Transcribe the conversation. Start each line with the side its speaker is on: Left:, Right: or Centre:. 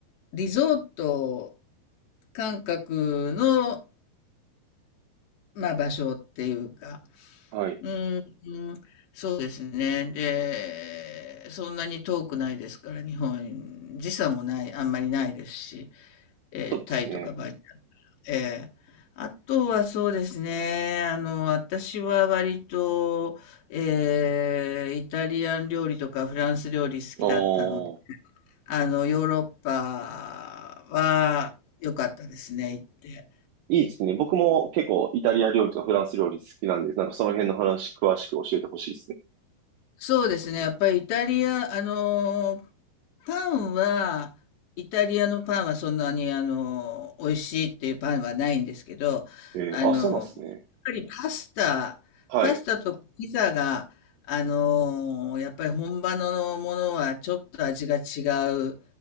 Left: リゾート感覚の、まあ、場所っていうか、
Right: はい。
Left: うーん、うん、そうですね。で、そんなに遠くないですから、日本、時差もない、あんまりないですし、えータイとかバリ
Right: そうですね。
Left: ええあとはそうですね、あの、私は割と、えーイタリアン料理とかフランス料理好きだったので、
Right: ああ、
Left: あの、ヨーロッパは良かったですね、行って。
Right: いいですね。僕も結構イタリア料理とかフランス料理好きなんで、なんかその辺の話詳しく教えてほしいですね。
Left: そうですね。やっぱりイタリア、あのーパンは、イタリアのパンはそんなに、あのー美味しいっていうパンはないんですけど、
Right: えー、
Left: あのーやっぱりパスタ、
Right: あ、そうなんですね。はい。
Left: パスタとピザが、あのーやっぱり本場のものはちょっと味が違う、